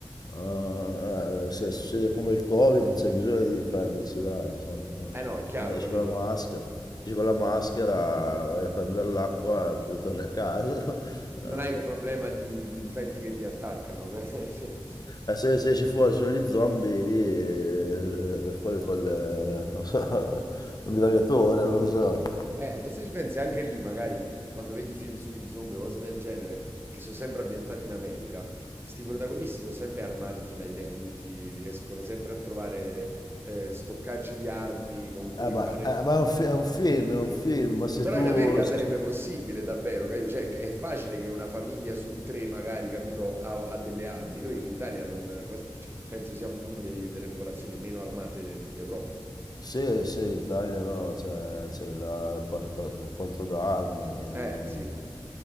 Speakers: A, on the left; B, on the right.
A: Ah, eh, se succede come il Covid non c'è bisogno di difendersi, dai, insomma.
B: Eh no,
A: Eh,
B: è chiaro,
A: Eh, Esci
B: capito?
A: con la maschera, esci con la maschera, vai a prendere l'acqua e poi torni a casa. <laughs> Eh,
B: Non
A: non
B: hai
A: so.
B: il problema di, di infetti che ti attaccano. <laughs> Cioè,
A: Eh, se, se esci fuori sono gli zombie, lì eh, vai fuori col, eh, non so, <laughs> col mitragliatore, non lo so.
B: Eh, e se ci pensi anche lì, magari quando vedi film sui zombie o cose del genere, che sono sempre ambientati in America, sti protagonisti sono sempre armati fino ai denti, riescono sempre a trovare eh, stoccaggi di armi con cui
A: Eh, ma,
B: fare...
A: eh, ma è un, fi- è un film, è un film, ma se
B: Però
A: tu...
B: in America
A: se-
B: sarebbe possibile davvero, capito? Cioè, è facile che una famiglia su tre, magari, capito, ha, ha delle armi. Noi in Italia non, quasi- cioè, penso siamo una dei- delle popolazioni meno armate d'Europa.
A: Sì, sì, in Italia no, cioè, c'è la- il, por- por- il porto d'armi, e
B: Eh, sì,